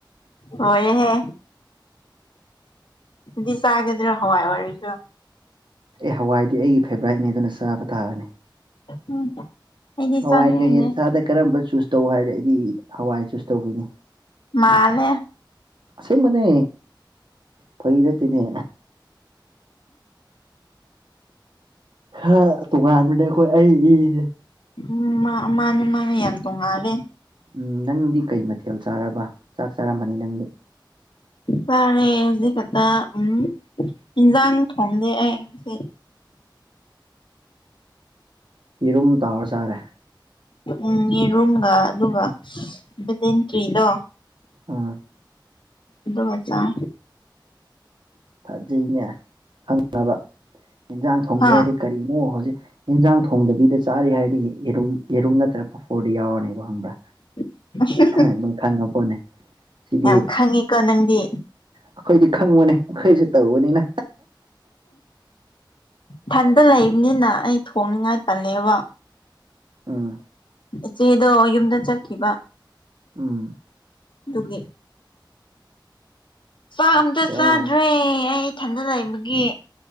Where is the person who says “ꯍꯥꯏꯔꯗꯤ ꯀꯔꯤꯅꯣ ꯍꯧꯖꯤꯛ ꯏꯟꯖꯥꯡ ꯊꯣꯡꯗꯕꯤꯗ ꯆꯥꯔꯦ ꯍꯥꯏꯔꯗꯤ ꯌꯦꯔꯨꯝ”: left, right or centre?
Right